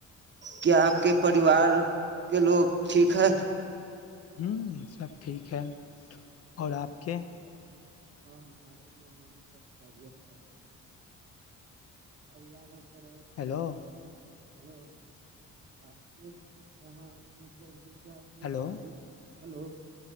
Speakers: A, on the right (about 35°); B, on the left (about 55°).
A: کیا آپ کے پریوار کے لوگ ٹھیک ہے
B: ہ سب ٹھیک ہے اور آپ کے
A: ہاں ہمارے بھی یہاں بھی سب خیریت ہے اللہ نہ پر
B: ہیلو
A: ہلو آپ کے یہاں مطلب کیا کوئی
B: ہیلو
A: بارش ہلو